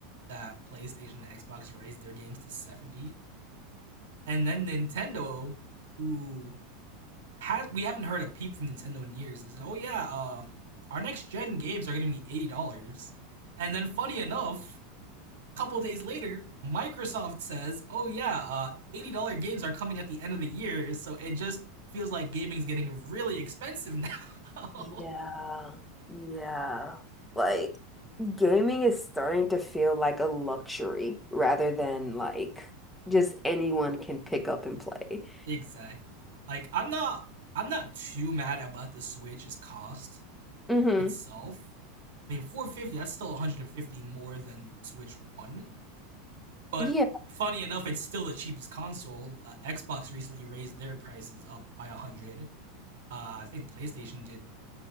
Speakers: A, on the right (about 85°); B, in the centre.
A: that PlayStation and Xbox raised their games to 70 and then Nintendo who ha- we haven't heard a peep from Nintendo in years. They "Oh yeah, uh our next gen games are going to be $80." And then funny enough, couple days later, Microsoft says, "Oh yeah, uh, eighty dollar games are coming at the end of the year, so it just feels like gaming's getting really expensive now."
B: yeah,
A: <laughs>
B: yeah. Like gaming is starting to feel like a luxury rather than like just anyone can pick up and play.
A: exactly. Like I'm not, I'm not too mad about the Switch's cost
B: hmm
A: itself. I mean, four hundred fifty. dollars, That's still one hundred and fifty dollars more than the Switch One, but
B: Yeah,
A: funny enough, it's still the cheapest console. Uh, Xbox recently raised their prices up by 100. Uh, I think PlayStation did